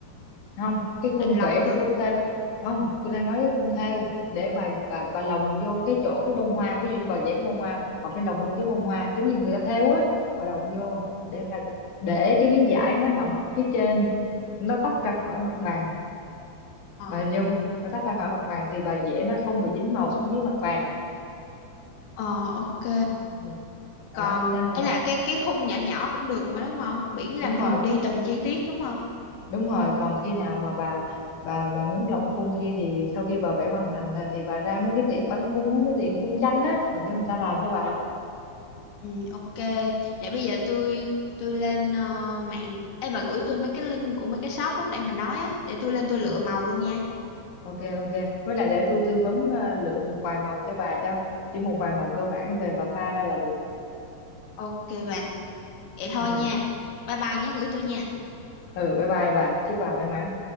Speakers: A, on the left (about 50°); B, on the left (about 85°).
A: không cái khung
B: định lồng
A: vẽ cái
B: vô đúng
A: khung
B: không
A: thêu không tôi đang nói cái khung thêu để bà bà bà lồng vô cái chỗ cái bông hoa ví dụ như bà vẽ cái bông hoa bà phải lồng vô cái bông hoa giống như người ta thêu á bà lồng vô để bà để cái miếng vải nó nằm ở phía trên nó tách ra khỏi mặt bàn
B: ờ
A: bà hình dung không bà tách ra khỏi mặt bàn thì bà vẽ nó không bị dính màu xuống dưới mặt bàn
B: ờ ok
A: ừ. ừ.
B: còn
A: đó nên là
B: ấy là cái cái khung nhỏ nhỏ cũng được mà đúng không miễn là
A: đúng
B: mình
A: rồi
B: đi từng chi tiết đúng không
A: đúng rồi còn khi nào mà bà bà bà muốn lộng khung kia thì sau khi bà vẽ hoàn thành rồi thì bà ra mấy cái tiệm bán khung á, mấy tiệm khung tranh á và kêu người ta làm cho bà
B: Ừ, ok. Để bây giờ tôi tôi lên ờ, mạng Ê bà gửi tôi mấy cái link của mấy cái shop lúc nãy bà nói á để tôi lên tôi
A: ừ.
B: lựa màu luôn nha.
A: ok ok với lại để tôi tư vấn ờ, lựa một vài màu cho bà cho chỉ một vài màu cơ bản về bà pha ra là được
B: Ok bà. Vậy thôi
A: ừ
B: nha. Bye bye nhớ gửi tôi nha.
A: ừ bye bye bà chúc bà may mắn